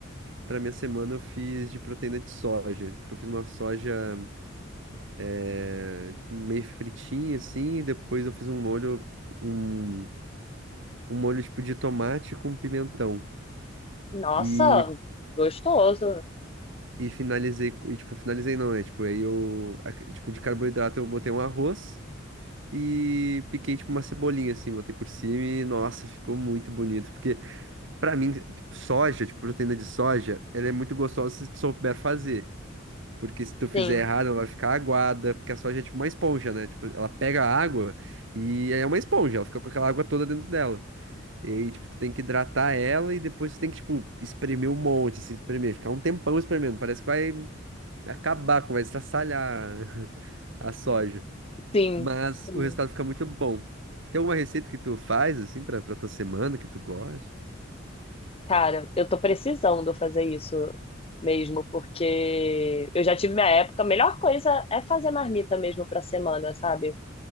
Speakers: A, on the right (about 65°); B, on the left (about 30°).
A: Pra minha semana eu fiz de proteína de soja. Tipo, eu fiz uma soja. é, tipo, meio fritinha assim, e depois eu fiz um molho, um, um molho tipo de tomate com pimentão.
B: Nossa,
A: E,
B: gostoso.
A: e finalizei, co- e tipo, finalizei não, né? Tipo, aí eu, a- tipo, de carboidrato eu botei um arroz e piquei tipo uma cebolinha assim, botei por cima e nossa, ficou muito bonito, porque pra mim, tipo, soja, tipo, proteína de soja, ela é muito gostosa se tu souber fazer. Porque se tu fizer
B: Sim,
A: errado, ela vai ficar aguada, porque a soja é tipo uma esponja, né? Tipo, ela pega a água e aí é uma esponja, ela fica com aquela água toda dentro dela. E aí, tipo, tu tem que hidratar ela e depois tu tem que, tipo, espremer um monte, assim, espremer, ficar um tempão espremendo. Parece que vai acabar, com- vai estraçalhar <laughs> a soja.
B: Sim,
A: Mas
B: sim.
A: o resultado fica muito bom. Tem alguma receita que tu faz, assim, pra, pra tua semana que tu goste?
B: cara, eu tô precisando fazer isso mesmo, porque eu já tive minha época. A melhor coisa é fazer marmita mesmo pra semana, sabe?